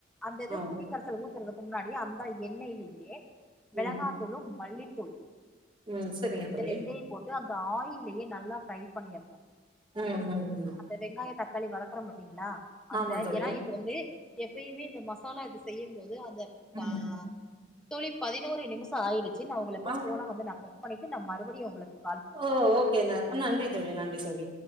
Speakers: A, in the centre; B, on the right.
A: அந்த இது
B: ஆ
A: புளிக்கரசல் ஊத்தறதுக்கு முன்னாடி அந்த எண்ணெய்லியே மிளகாத்தூளு
B: ம்
A: மல்லித்தூள்
B: ம் சரிங்க
A: இந்த
B: தோழி
A: ரெண்டையு போட்டு அந்த ஆயில்லயே நல்லா ஃப்ரை பண்ணியர்னு
B: ம் ம் ம்
A: அந்த வெங்காயோ தக்காளி வதக்குறோ பாத்தீங்களா அந்த
B: ஆமா தோழி
A: ஏனா இப்போ வந்து எப்பயுமே இந்த மசாலா செய்யம் போது அந்த பா
B: ம்
A: தோழி பதினோரு நிமிஷோ ஆயிடுச்சி நா ஒங்ளுக்கு
B: ஆ
A: ஃபோன வந்து நா கட் பண்ணிட்டு நா மறுபடியு ஒங்ள
B: ஓ ஓகே ந நன்றி தோழி நன்றி தோழி